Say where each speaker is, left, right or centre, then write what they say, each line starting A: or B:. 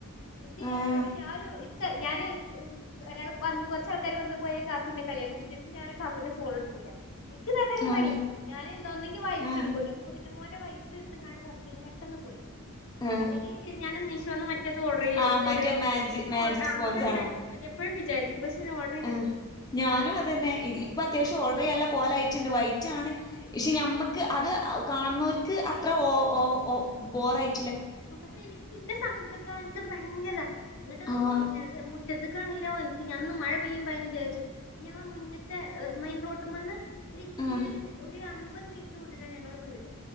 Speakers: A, on the left; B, on the left.
A: ഇൻക്ഞാൻഇങ്ങട്ട്
B: ആഹ്
A: ല്ലാരു <unintelligible> ഇൻക്കെ ഹ് ഞാാന് <unintelligible> ഒരാൾ വന്ന് കൊ റച്ചാൾക്കാർ വന്ന് പോയ കാക്കുന്റെ കളിയക്കും പിറ്റേസം ഞാന് കാക്കുന്റെ ഫോൺ എടുക്കൂല്ല എനിക്ക് തക്കരം
B: ആഹ്
A: പണി ഞാന് ഒന്നെങ്കി വൈറ്റ്
B: ആഹ്
A: ഇടുക്കുട്ടോ കുന്റെ മോൻ്റവൈറ്റ്സഎടുത് തൊട്ച് കഴിഞാ പെട്ടെന്ന് പോരും
B: ആഹ്
A: അല്ലെങ്കിൽ ഞാന് മീഷോന്ന് മറ്റ ഇ ത് ഓർഡർ
B: ആഹ്
A: ചെയ് <unintelligible>
B: മറ്റേ മാജി മാജിക് സ്പോഞ്ചാണോ
A: മറ്റെ എപ്പഴും വിചാരിക്കും പക്ഷെ ഓഡ
B: ആഹ് ഞാനും അതന്നെഇ ഇപ് ഇപ്പൊ അത്യാവശ്യം ഓർഡർ ചെയ്യനുള കോലയയിട്ടുണ്ട് വൈറ്റാണ് പക്ഷെ
A: ആ
B: ഞമ്മക്ക് അത് കാണുന്നൊർക്ക് അത്ര ഒഓഒ ബോറയി
A: പക്ഷെ നിക്ക് ഇന്നെ സംബന്ധിച്ചിടത്തോളം എനിക്കത് ഭയങ്കര ഇങ്ങട്ട്ട
B: ആഹ്
A: പിന്നെ മു റ്റതിക്കണെങ്കിലൊ ഞാൻ മഴ പെയ്യുന്ന് വിചാരിച്ചു ഞങ്ങള് മുന്നിത്തെ മെയിൻറോട് മന്ന് ഒര് ഇത്തിരി
B: ആഹ്
A: ഒരു ഒരു അമ്പത് മീറ്റർ വിട്ടിട്ടാണ് ഞങ്ങളുടെ വീട്